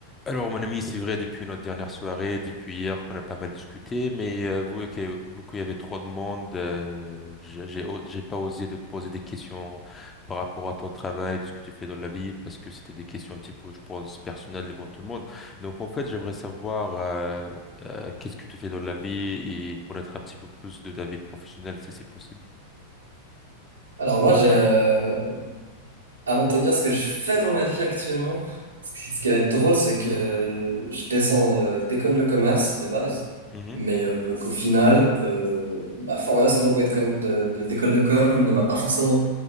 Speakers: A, on the left; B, on the right.
A: Alors, mon ami, c'est vrai, depuis notre dernière soirée, depuis hier, qu'on a pas mal discuté, mais euh, vu que, vu qu'il y avait trop de monde, euh, j'ai j'ai o- j'ai pas osé de te poser des questions par rapport à ton travail, de ce que tu fais dans la vie, parce que c'était des questions un petit peu, je pense, personnelles devant tout le monde. Donc, en fait, j'aimerais savoir euh, euh, qu'est-ce que tu fais dans la vie et connaître un petit peu plus de ta vie professionnelle, si c'est possible.
B: Alors moi, j'ai, euh, avant de te dire ce que je fais dans ma vie actuellement, ce qui, ce qui va être drôle, c'est que euh, je descends euh, d'école de commerce de base,
A: Mhm,
B: mais euh, qu'au final, euh, ma formation d'emploi de com, de, de- d'école de com ne m'a pas forcément